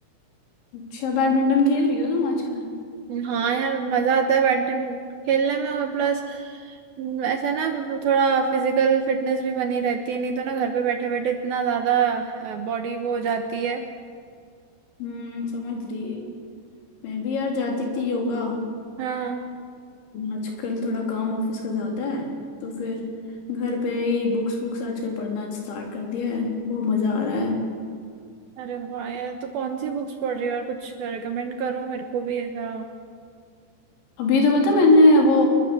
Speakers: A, on the left (about 75°); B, on the right (about 70°).
A: अच्छा बैडमिंटन खेल रही हो तुम आजकल
B: हाँ यार मजा आता है बैडमिंटन खेलने में और प्लस ऐसा ना थोड़ा फिजिकल फिटनेस भी बनी रहती है नहीं तो ना घर पे बैठे बैठे इतना ज्यादा बॉडी वो हो जाती है
A: हम्म समझ रही मैं भी यार जाती थी योगा
B: हाँ
A: आजकल थोड़ा काम ऑफिस का ज्यादा है तो फिर घर पे ही बुक्स बुक्स आजकल पढ़ना स्टार्ट कर दिया है बहुत मजा आ रहा है
B: अरे वाह यार तो कौन सी बुक्स पढ़ रही हो और कुछ रिकमेंड करो मेरे को भी ऐसा
A: अभी तो पता मैंने वो